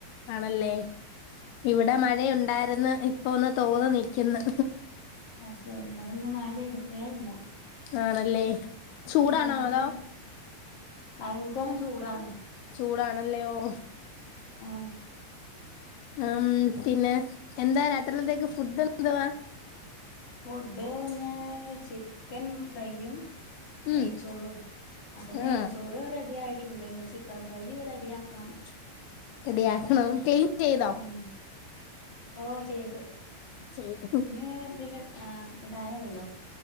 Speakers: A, on the left; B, on the left.
A: ആണല്ലേ ഇവിടെ മഴയുണ്ടാ ഇന്ന് ഇപ്പൊ ഒന്ന് തോന്ന് നിക്കിന്ന്
B: അത് ശരി ഇവട്ന്ന് മഴ പെയ്തിട്ടേല്ല
A: ആണല്ലേ ചൂടാണോ
B: ഞാന്
A: അതോ
B: ഭയങ്കരം ചൂടാണ്
A: ചൂടാണല്ലേ ഓ
B: ആ
A: ഉം പിന്നെ എന്താ രാത്രിലത്തേക്ക് ഫുഡ് എന്തുവാ?
B: ഫുഡ് ഇന്ന് ചിക്കൻ ഫ്രൈയും നെയ്ച്ചോറും
A: ഉം
B: അപ്പം നെയ്ച്ചോറ്
A: ആ
B: റെഡിയായി ട്ടുണ്ട് ഇനി ചിക്കൻ ഫ്രൈ റെഡിയാക്കണം
A: റെഡി ആക്കണം ക്ളീൻ ചെയ്തോ?
B: ഉം ഓ ചെയ്തു
A: ചെയ്തു
B: ഇഞ്ഞ് ഇതില് ആ ഇടാനെള്ളു